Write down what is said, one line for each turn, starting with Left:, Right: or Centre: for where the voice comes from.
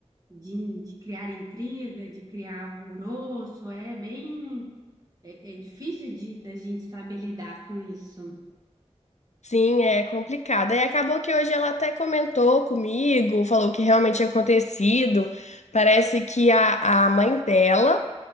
Right: de, de criar intriga, de criar alvoroço, é bem, é, é difícil de, da gente saber lidar com isso.
Left: Sim, é complicado. E acabou que hoje ela até comentou comigo, falou o que realmente tinha acontecido. Parece que a, a mãe dela